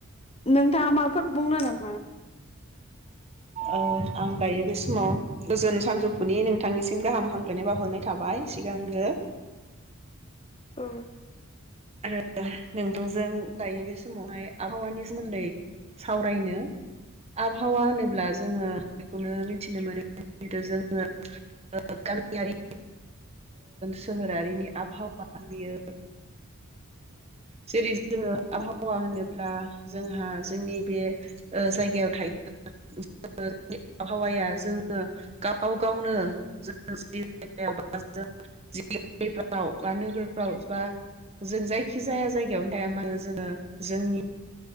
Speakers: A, on the left; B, on the right.
A: नोंथाङा माफोर बुंनो नामा?
B: औ आं दायो बे समाव गोजोन सानजौफुनि नोंथांनिसिम गाहाम हामग्लायनाय बावाहरनाय थाबाय सिगांग्रो।
A: औ
B: आरो नोंथांजों दायो बे समावहाय आबहावानि सोमोन्दै सावरायनो आबहावा होनोब्ला जोङो बेखौनो मिथिनो मोनो जि जोङो गामियारि सोहोरारिनि आबहावा बेयो <inaudible> जरै जोङो आबहावा होनोब्ला जोंहा जोंनि बे जायगायाव थायो आबहावाया जोङो गाव गावनो जो जायगायाव बेफ्राव <unintelligible> बा नोगोरफ्राव बा जों जायखि जाया जायगायावनो थाया मानो जोङो जोंनि